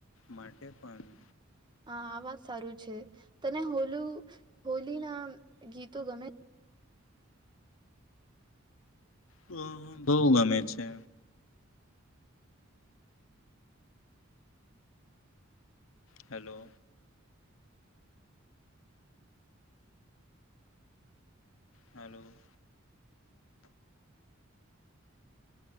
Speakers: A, on the left; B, on the right.
A: માટે પણ
B: હા આ વાત સારું છે તને હોલું હોલી ના ગીતો ગમે.
A: હ બહુ ગમે છે. હેલો. હલો.